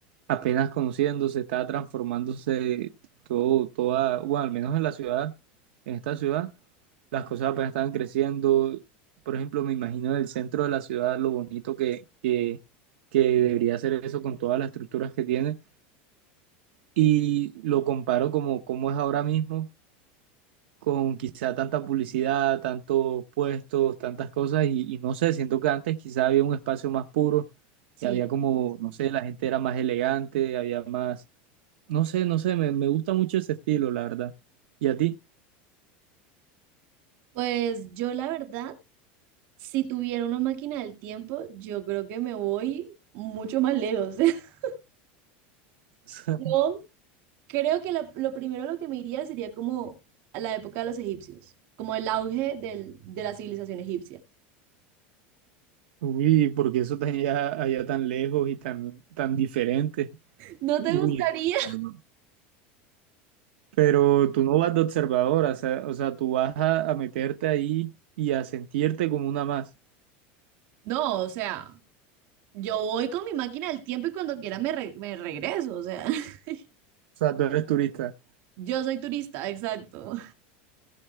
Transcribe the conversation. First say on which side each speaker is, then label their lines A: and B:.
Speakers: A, on the right; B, on the right.
A: apenas conociéndose, estaba transformándose todo, toda, bueno, al menos en la ciudad, en esta ciudad, las cosas apenas estaban creciendo. Por ejemplo, me imagino el centro de la ciudad, lo bonito que, que, que debería ser eso con todas las estructuras que tiene, y lo comparo como, como es ahora mismo con quizá tanta publicidad, tantos puestos, tantas cosas, y, y no sé, siento que antes quizá había un espacio más puro
B: Sí,
A: y había como, no sé, la gente era más elegante, había más, no sé, no sé, me, me gusta mucho ese estilo, la verdad. ¿Y a ti?
B: pues yo la verdad, si tuviera una máquina del tiempo, yo creo que me voy mucho más lejos. <laughs>
A: <laughs>
B: Yo creo que la- lo primero a lo que me iría sería como a la época de los egipcios, como el auge del- de la civilización egipcia.
A: Uy, porque eso tan allá, allá tan lejos y tan, tan diferente.
B: ¿No
A: Uy,
B: te gustaría?
A: no, no, no, no. Pero tú no vas de observadora, o sea, o sea, tú vas a, a meterte ahí y a sentirte como una más.
B: No, o sea, yo voy con mi máquina del tiempo y cuando quiera me, re- me regreso, o sea, <laughs>
A: O sea, tú eres turista.
B: yo soy turista, exacto.